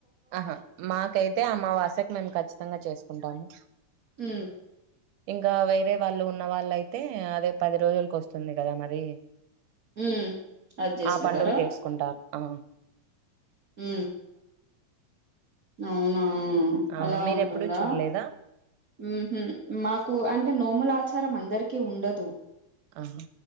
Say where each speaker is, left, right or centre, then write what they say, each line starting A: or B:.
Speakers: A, on the right; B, on the right.
A: ఆహా మాకైతే అమావాస్యకు మేము ఖచ్చితంగా చేసుకుంటాము
B: ఉ
A: ఇంకా వేరే వాళ్ళు ఉన్న వాళ్ళు అయితే అదే పది రోజులకి వస్తుంది కదా మరి
B: హ్మ్ అది చేసుకుంటారా
A: ఆ పండుగ చేసుకుంటారు ఆ
B: ఉ అవును హ
A: ఆ!
B: అలా
A: మీరెప్పుడూ
B: ఉంటుందా
A: చూడలేదా?
B: ఊ హు మాకు అంటే నోములా ఆచారం అందరికీ ఉండదు
A: ఆహా